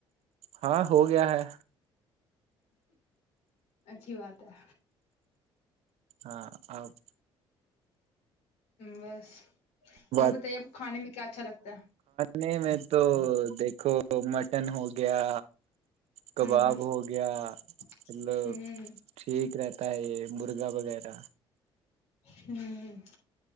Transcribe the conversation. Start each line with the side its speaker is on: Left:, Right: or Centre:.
Right: ہاں ہو گیا ہے
Left: اچھی بات ہے
Right: ہاں اور <unintelligible>
Left: بس اور
Right: بات
Left: بتائیے آپ کو کھانے میں کیا اچھا لگتا ہے
Right: نہیں میں تو دیکھو تو مٹن ہو گیا کباب
Left: ہوں
Right: ہو گیا
Left: ہوں
Right: مطلب ٹھیک رہتا ہے یہ مرغا وغیرہ
Left: ہوں